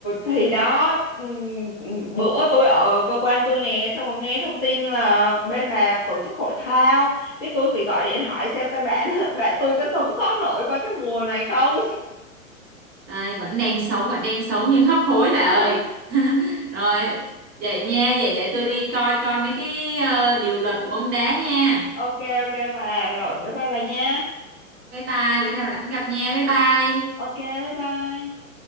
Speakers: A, on the left; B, on the right.
A: thì đó ừm, ừm, bữa tôi ở cơ quan tôi nè xong rồi nghe thông tin là bên bà tổ chức hội thao cái tôi phải gọi điện hỏi xem các bạn <laughs> bạn tôi có sống sót nổi qua cái mùa này không.
B: Đây, vẫn đang sống, vẫn đang sống nhưng hấp hối bà ơi.
A: <laughs>
B: <laughs> Rồi, vậy nha, vậy để tôi đi coi coi mấy cái ờ, điều luật của bóng đá nha.
A: Ok ok bà rồi bye bye bà nha.
B: Bye bye, bữa nào rảnh gặp nha, bye bye.
A: Ok bye bye.